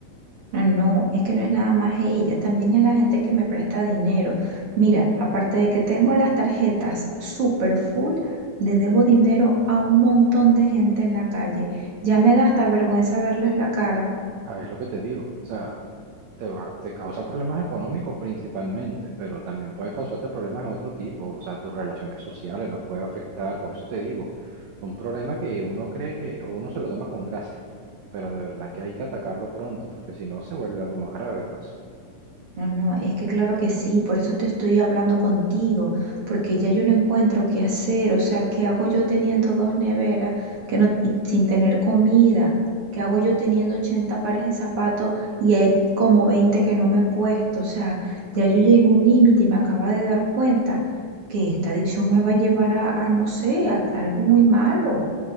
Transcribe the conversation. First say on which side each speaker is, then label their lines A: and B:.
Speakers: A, on the right; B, on the right.
A: No, no, es que no es nada más ella, también es la gente que me presta dinero. Mira, aparte de que tengo las tarjetas super full, le debo dinero a un montón de gente en la calle. Ya me da hasta vergüenza verles la cara.
B: ah, es lo que te digo. O sea, te va- te causa problemas económicos principalmente, pero también puede causarte problemas de otro tipo, o sea, tus relaciones sociales las puede afectar, por eso te digo, un problema que uno cree que o uno se lo toma con gracia, pero de verdad que hay que atacarlo pronto, porque si no se vuelve algo más grave, pues.
A: No, no, es que claro que sí, por eso te estoy hablando contigo, porque ya yo no encuentro qué hacer, o sea, ¿qué hago yo teniendo dos neveras que no, y sin tener comida? ¿Qué hago yo teniendo 80 pares de zapatos y hay como 20 que no me he puesto? O sea, ya yo llegué a un límite y me acaba de dar cuenta que esta adicción me va a llevar a, a no sé, a algo muy malo.